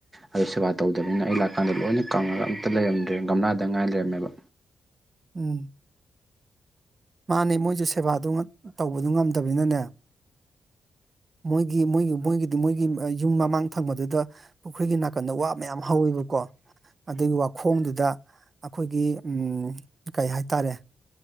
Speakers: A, on the right (about 25°); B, on the right (about 40°).
A: ꯑꯗꯨ ꯁꯦꯕꯥ ꯇꯧꯗ꯭ꯔꯕꯅꯤꯅ ꯑꯩ ꯂꯥꯛꯀꯥꯟꯗ ꯂꯣꯏꯅ ꯀꯪꯉꯒ ꯑꯝꯇ ꯂꯩꯔꯝꯗ꯭ꯔꯦ ꯒꯝꯂꯥꯗ ꯉꯥꯏ ꯂꯩꯔꯝꯃꯦꯕ
B: ꯎꯝ ꯃꯥꯅꯤ ꯃꯣꯏꯁꯨ ꯁꯦꯕꯥꯗꯨ ꯇꯧꯕꯗꯨ ꯉꯝꯗꯕꯅꯤꯅꯅꯦ ꯃꯣꯏꯒꯤ ꯃꯣꯏꯒꯤ ꯃꯣꯏꯒꯤꯗꯤ ꯃꯣꯏꯒꯤ ꯑ ꯌꯨꯝ ꯃꯃꯥꯡ ꯊꯪꯕꯗꯨꯗ ꯄꯨꯈ꯭ꯔꯤꯒꯤ ꯅꯥꯀꯟꯗ ꯋꯥ ꯃꯌꯥꯝ ꯍꯧꯋꯦꯕ ꯀꯣ ꯑꯗꯨꯒꯤ ꯋꯥꯈꯣꯡꯗꯨꯗ ꯑꯈꯣꯏꯒꯤ ꯎꯝ ꯀꯩ ꯍꯥꯏꯇꯥꯔꯦ